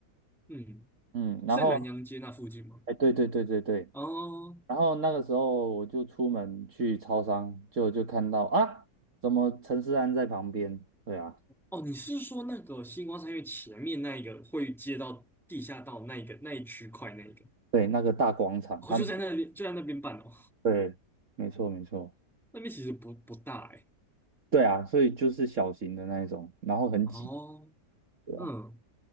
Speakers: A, in the centre; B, on the right.
A: 嗯，
B: 嗯，然后
A: 是在南洋街那附近吗？
B: 哎，对对对对对，
A: 哦
B: 然后那个时候我就出门去超商，就就看到啊，怎么陈思安在旁边？对啊，
A: 哦，你是说那个星光三月前面那一个会接到地下道那一个那一区块那一个？
B: 对，那个大广场，
A: 哦，
B: 他们。
A: 就在那边就在那边办哦，
B: 对，没错没错，
A: <laughs> 那边其实不不大哎、
B: 对啊，所以就是小型的那一种，然后很挤，
A: 哦，
B: 对吧？
A: 嗯，